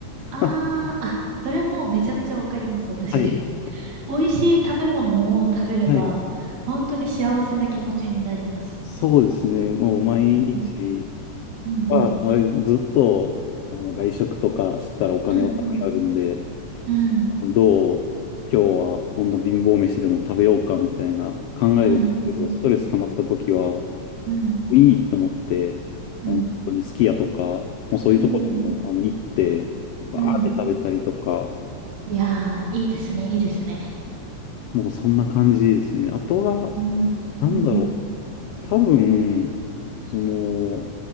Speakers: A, on the right; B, on the left.
A: ああ、
B: <laughs>
A: あ、それもめちゃめちゃわかります、私。
B: はい。
A: <laughs> 美味しい食べ物を食べれば、
B: はい。
A: 本当に幸せな気持ちになります。
B: そうですね。もう毎日
A: うん。うんうん。
B: は、あれ、ずっと、あの、外食とかしてたらお金はなくなるんで、
A: うんうん。うん
B: どう、今日はどんな貧乏飯でも食べようかみたいな考えるんですけど、
A: うんうん。
B: ストレス溜まった時は、
A: うん
B: いいと思って、
A: うん。
B: あの、本当にすき家とか、もうそういうとこでも、
A: うんうん
B: あの、行って、バーって食べたりとか、
A: うん。うん。いやー、いいですね、いいですね。
B: もうそんな感じですね。あとは、
A: うん、
B: なんだろう、
A: うん、うん。
B: 多分、その、